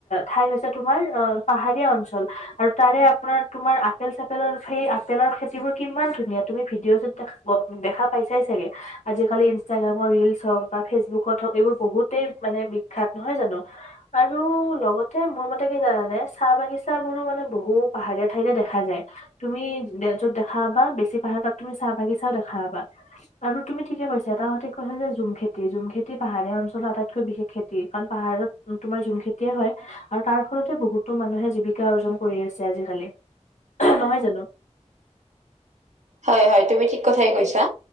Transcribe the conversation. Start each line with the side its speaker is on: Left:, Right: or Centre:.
Left: ঠাই হৈছে তোমাৰ- অঁ পাহাৰীয়া অঞ্চল আৰু তাৰে আপোনাৰ তোমাৰ আপেল চাপেলৰ সেই আপেলৰ- এইবোৰ কিমান ধুনীয়া তুমি ভিডিঅ'তো দেখা পাইছাই চাগে। আজিকালি ইনষ্টাগ্ৰামৰ ৰিলছ হওঁক বা ফেচবুকত হওঁক এইবোৰ বহুতেই বিখ্যাত নহয় জানো। আৰু লগতে মোৰ মতে কি- জানানে চাহ বাগিচ বোৰো মানে বহো পাহাৰীয়া ঠাইতহে দেখা যায়। তুমি যত দেখা পাবা বেছি পাহাৰ তাত তুমি চাহ বাগি চাও দেখা পাবা। আৰু তুমি ঠিকে কৈছা এটা সতে কৈছা যে জুম খেতি জুমখেতি পাহাৰীয়া অঞ্চলৰ আটাইতকৈ বিশেষ খেতি কাৰণ পাহাৰত- তোমাৰ জুম খেতিয়ে হয়ঁ আৰু তাৰ- আচলতে বহুতো মানুহে জীৱিকা অৰ্জন কৰি আছে আজিকালি নহয় জানো?
Right: হয়ঁ হয়ঁ তুমি ঠিক কথাই কৈছা,